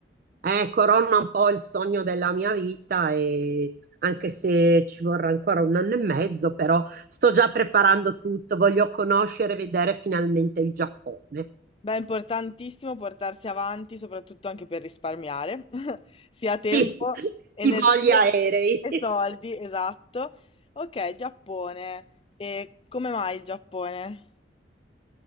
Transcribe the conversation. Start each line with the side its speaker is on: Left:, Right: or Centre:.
Right: eh, corona un po' il sogno della mia vita e anche se ci vorrà ancora un anno e mezzo, però sto già preparando tutto, voglio conoscere e vedere finalmente il Giappone.
Left: Beh, è importantissimo portarsi avanti, soprattutto anche per risparmiare, <laughs> sia tempo,
Right: Sì,
Left: energie
Right: i voli aerei.
Left: e soldi, esatto. Ok, Giappone. E come mai il Giappone?